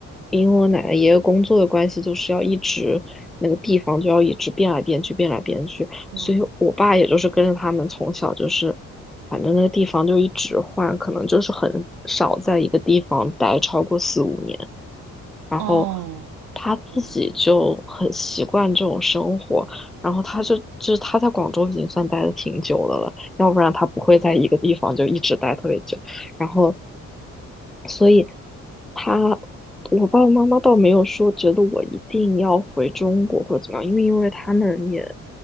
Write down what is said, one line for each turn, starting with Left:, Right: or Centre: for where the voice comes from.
Centre: 因为我奶奶爷爷工作的关系，就是要一直那个地方就要一直变来变去，变来变去，
Right: 哦
Centre: 所以我爸也就是跟着他们从小就是，反正那个地方就一直换，可能就是很少在一个地方待超过四五年。然后
Right: 哦，
Centre: 他自己就很习惯这种生活，
Right: 天
Centre: 然后他就就是他在广州已经算待的挺久的了，要不然他不会在一个地方就一直待特别久，然后。所以。他，我爸爸妈妈倒没有说觉得我一定要回中国或者怎么样，因为因为他们也